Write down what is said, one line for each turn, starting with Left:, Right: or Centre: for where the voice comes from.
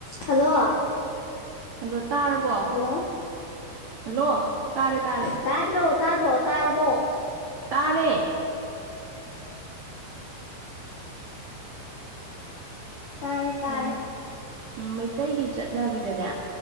Left: Hello
Right: hello ꯇꯥꯔꯕꯣ
Left: hello
Right: hello ꯇꯥꯔꯦ ꯇꯥꯔꯦ
Left: ꯇꯥꯗ꯭ꯔꯣ ꯇꯥꯗ꯭ꯔꯣ ꯇꯥꯔꯕꯣ
Right: ꯇꯥꯔꯦ
Left: ꯇꯥꯔꯦ ꯇꯥꯔꯦ
Right: ꯑ ꯃꯩꯇꯩꯒꯤ ꯆꯠꯅꯕꯤꯗꯅꯦ